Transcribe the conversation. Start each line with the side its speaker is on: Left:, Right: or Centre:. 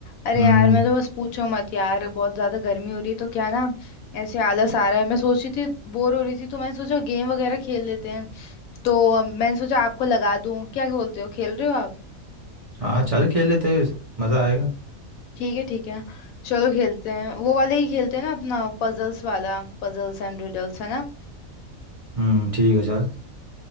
Left: अरे
Right: हम्म
Left: यार मैं तो बस पूछो मत यार बहुत ज्यादा गर्मी हो रही है तो क्या ना ऐसे आलस आ रहा है मैं सोच रही थी बोर हो रही थी तो मैंने सोचा गेम वगैरह खेल लेते हैं तो अम, मैंने सोचा आपको लगा दूं क्या बोलते हो खेल रहे हो आप
Right: हाँ चल खेल लेते हैं, मज़ा आएगा
Left: ठीक है ठीक है चलो खेलते हैं वो वाले ही खेलते हैं ना अपना पजल्स वाला पजल्स एंड रिडल्स है ना
Right: हम्म ठीक है चल